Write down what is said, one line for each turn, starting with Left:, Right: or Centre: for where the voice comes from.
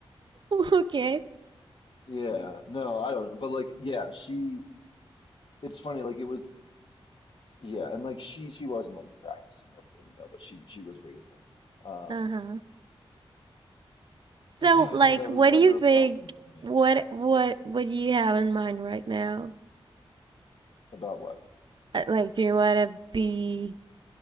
Right: Okay.
Left: yeah, no, I don't know. But like, yeah, she. It's funny. Like it was, yeah, and like she she wasn't like practicing Muslim, you know, but she she was raised Muslim. Um,
Right: Uh-huh. So,
Left: but yeah, I
Right: like,
Left: know that
Right: what
Left: was never
Right: do you think?
Left: a problem for me.
Right: What what what do you have in mind right now?
Left: About what?
Right: Uh, Like, do you want to be